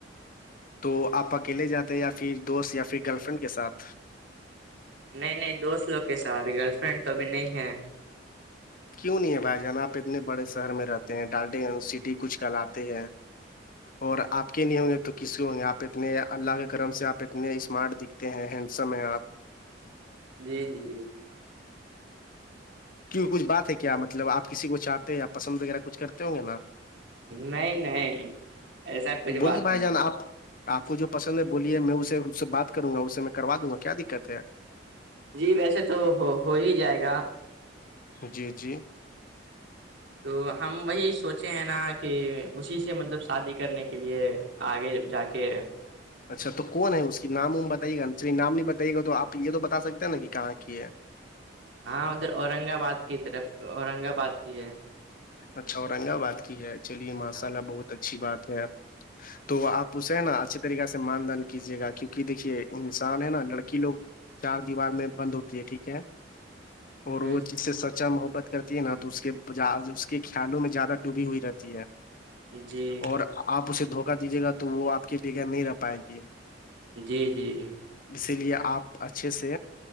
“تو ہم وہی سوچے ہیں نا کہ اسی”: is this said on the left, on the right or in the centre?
Right